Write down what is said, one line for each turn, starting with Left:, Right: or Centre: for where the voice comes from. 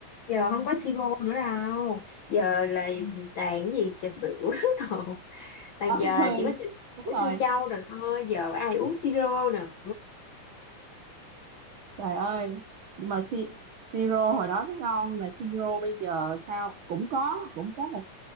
Left: giờ không có siro nữa đâu giờ là toàn cái gì trà sữa <laughs> đồ toàn
Right: Ờ,
Left: giờ là
Right: ừ,
Left: chỉ có trà sữa
Right: đúng rồi.
Left: trân châu rồi thôi giờ ai uống siro nữa
Right: Trời ơi, nhưng mà si, siro hồi đó nó ngon mà siro bây giờ sao cũng có cũng có một